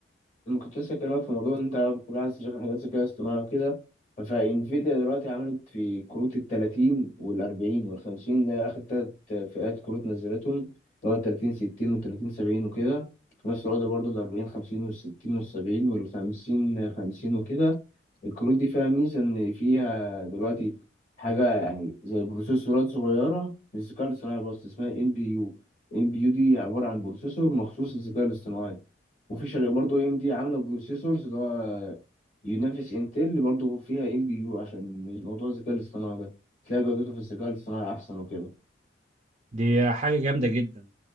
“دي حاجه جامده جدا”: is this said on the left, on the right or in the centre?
Right